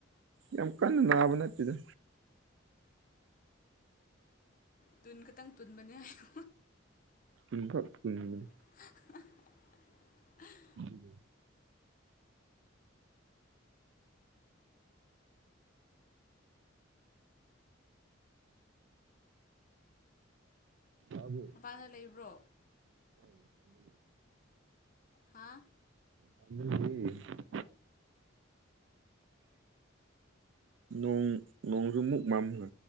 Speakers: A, on the right; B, on the left.
A: ꯌꯥꯝ ꯀꯟꯅ ꯅꯥꯕ ꯅꯠꯇꯦꯗ
B: ꯇꯨꯟ ꯈꯛꯇꯪ ꯇꯨꯟꯕꯅꯦ ꯍꯥꯏꯌꯣ
A: ꯎꯟꯈꯠ ꯎꯟꯕꯅꯦ
B: <unintelligible>
A: <unintelligible> ꯇꯥꯕ꯭ꯔꯣ
B: ꯄꯒ ꯂꯩꯕ꯭ꯔꯣ
A: <inaudible>
B: ꯍꯥꯥ
A: <unintelligible> ꯅꯣꯡ ꯅꯣꯡꯁꯨꯃꯨꯛ ꯃꯝꯈ꯭ꯔꯦ